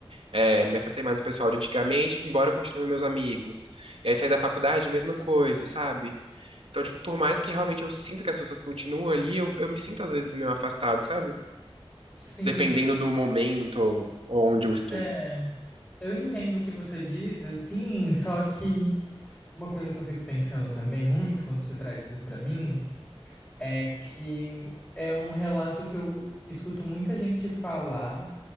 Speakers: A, on the right; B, on the left.
A: É, me afastei mais do pessoal de antigamente, embora continuem meus amigos. E aí saí da faculdade, mesma coisa, sabe? Então, tipo, por mais que realmente eu sinto que as pessoas continuam ali, eu, eu me sinto às vezes meio afastado, sabe?
B: Sim,
A: Dependendo do momento onde eu estou.
B: é. Eu entendo o que você diz, assim, só que uma coisa que eu fico pensando também muito quando você traz isso pra mim. é que é um relato que eu escuto muita gente falar,